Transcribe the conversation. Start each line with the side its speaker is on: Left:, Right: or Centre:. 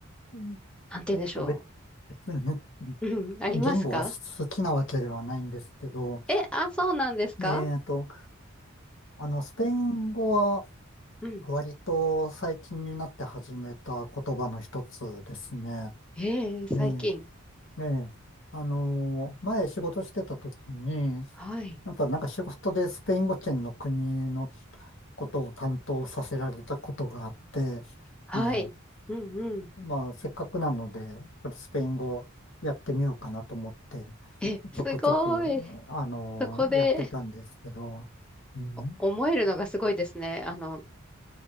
Left: うん
Centre: なんて言うんでしょ
Left: えっと、別別に
Centre: う。うん、ありますか
Left: 言語が好きなわけではないんですけど、
Centre: え、あ、そうなんですか
Left: えっと、あの、スペイン語は
Centre: うん。
Left: 割と最近になって始めた言葉の一つですね。
Centre: ええ最近。
Left: ええ、ええ。あのー、前仕事してた時に、
Centre: はい。
Left: やっぱなんか仕事でスペイン語圏の国のことを担当させられたことがあって、
Centre: はい。
Left: ええ
Centre: うんうん。
Left: まあ、せっかくなので、スペイン語やってみようかなと思って、
Centre: え、
Left: ちょくちょく、
Centre: すごい。
Left: あの、
Centre: そこで
Left: やってたんですけど、うん、
Centre: 思えるのがすごいですね。あの、